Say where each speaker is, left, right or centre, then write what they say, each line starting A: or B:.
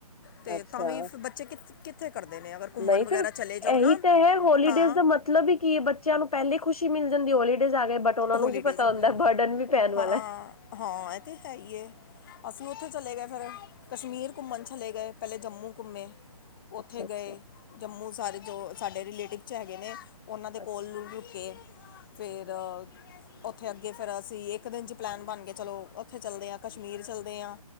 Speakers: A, on the left (about 35°); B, on the left (about 70°).
A: ਤੇ
B: ਅੱਛਾ
A: ਤਾਂ ਵੀ ਫ ਬੱਚੇ ਕਿ ਕਿਥੇ ਕਰਦੇ ਨੇ ਅਗਰ ਘੁੰਮਣ
B: ਨਹੀਂ
A: ਵਗੈਰਾ
B: ਫਿਰ
A: ਚਲੇ ਜਾਓ
B: ਇਹੀ
A: ਨਾ,
B: ਤਾਂ ਹੈ ਹੋਲੀਡੇਜ਼
A: ਹਾ।
B: ਦਾ ਮਤਲਬ ਈ ਕਿਏ ਬੱਚਿਆਂ ਨੂੰ ਪਹਿਲੇ ਖੁਸ਼ੀ ਮਿਲ ਜਨਦੀਏ ਹੋਲੀਡੇਜ਼ ਆ ਗਏ ਬਟ ਉਹਨਾਂ
A: ਹੌਲੀਡੇਜ਼
B: ਨੂੰ ਕੀ ਪਤਾ
A: ਆ
B: ਹੁੰਦਾਏ,
A: ਗਏ
B: ਬਰਡਨ ਵੀ ਪੈਣ
A: ਹਾਂ
B: ਵਾਲਾ।
A: ਹਾਂ ਇਹ ਤੇ ਹੈ ਈ ਐ। ਅਸੀ ਉਥੇ ਚਲੇ ਗਏ ਫੇਰ, ਕਸ਼ਮੀਰ ਘੁੰਮਣ ਚਲੇ ਗਏ, ਪਹਿਲੇ ਜੰਮੂ ਘੁੰਮੇ। ਉਥੇ
B: ਅੱਛਾ
A: ਗਏ।
B: ਅੱਛਾ
A: ਜੰਮੂ ਸਾਰੇ ਜੋ ਸਾਡੇ ਰਿਲੇਟਿਵ ਚ ਹੈਗੇ ਨੇ। ਉਹਨਾਂ ਦੇ ਕੋਲ
B: ਅੱਛਾ
A: ਲੁ ਰੁੱਕੇ ਫੇਰ ਉਥੇ ਅੱਗੇ ਫੇਰ ਅਸੀ ਇਕ ਦਿਨ ਚ ਪਲੈਨ ਬਨ ਗਏ ਚਲੋ, ਉਥੇ ਚੱਲਦੇ ਆਂ ਕਸ਼ਮੀਰ ਚੱਲਦੇ ਆਂ।